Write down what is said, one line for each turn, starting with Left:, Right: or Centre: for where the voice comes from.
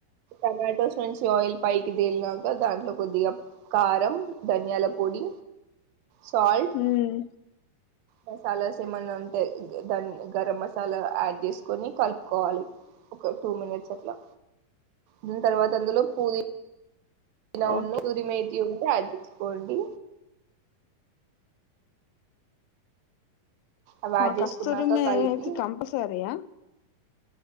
Right: టొమాటోస్ నుంచి ఆయిల్ పైకి తేలినాక దాంట్లో కొద్దిగా కారం ధనియాల పొడి సాల్ట్
Left: ఉమ్
Right: మసాలాస్ ఏమన్నా ఉంటే దాన్ని గరం మసాలా యాడ్ చేసుకొని కలుపుకోవాలి ఒక టూ మినిట్స్ అట్లా దీని తర్వాత అందులో పూది పుదీనా వున్ను
Left: ఓకే
Right: తురిమీ ఉంటే అది చ్చుకోండి అవి యాడ్ చేసుకున్నాక
Left: కస్తూరి మేతి
Right: కలిపి
Left: కంపల్సరియా